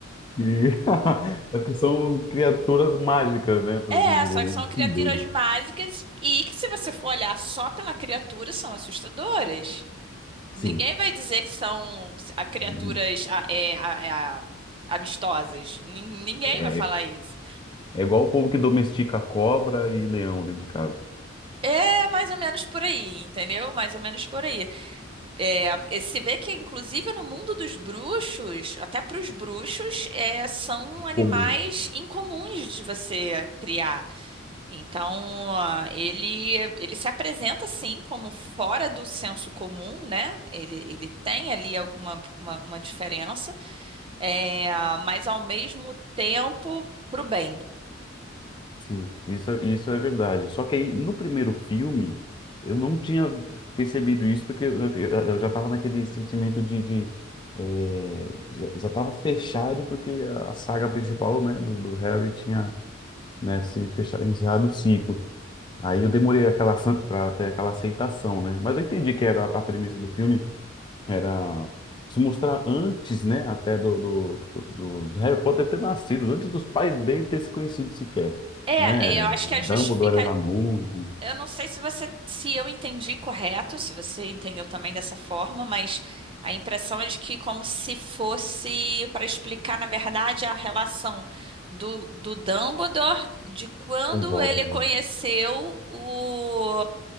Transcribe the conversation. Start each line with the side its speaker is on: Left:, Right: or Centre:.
Left: E- <laughs> É que são criaturas mágicas, né? Por
Right: É,
Left: assim dizer,
Right: só
Left: né?
Right: que são criaturas
Left: Que doido.
Right: mágicas e que, se você for olhar só pela criatura, são assustadoras.
Left: Sim.
Right: Ninguém vai dizer que são a- criaturas
Left: Uhum.
Right: a- é, a- é a- amistosas. Nin- Ninguém
Left: É,
Right: vai falar isso.
Left: é igual o povo que domestica cobra e leão dentro de casa.
Right: É mais ou menos por aí, entendeu? Mais ou menos por aí. É, e se vê que, inclusive, no mundo dos bruxos, até para os bruxos, é, são animais
Left: Comum.
Right: incomuns de você criar. Então, ah, ele, ele se apresenta assim como fora do senso comum, né? Ele, ele tem ali alguma uma, uma diferença, é, mas ao mesmo tempo pro bem.
Left: Sim, isso, é- isso é verdade. Só que aí, no primeiro filme, eu não tinha percebido isso, porque eu, eu- eu já estava naquele sentimento de, de, eh, já, já estava fechado, porque a saga principal, né, do, do Harry tinha, né, se fechado, encerrado o ciclo. Aí eu demorei aquela para ter aquela aceitação, né? Mas eu entendi que era a a premissa do filme era se mostrar antes, né, até do, do, do- do Harry Potter ter nascido, antes dos pais dele ter se conhecido sequer,
Right: É,
Left: né?
Right: é, eu acho
Left: Dumbledore
Right: que a justifica,
Left: era novo,
Right: Eu não sei se você, se eu entendi correto, se você entendeu também dessa forma, mas a impressão é de que como se fosse para explicar, na verdade, a relação do, do Dumbledore de quando
Left: com Voldemort.
Right: ele conheceu o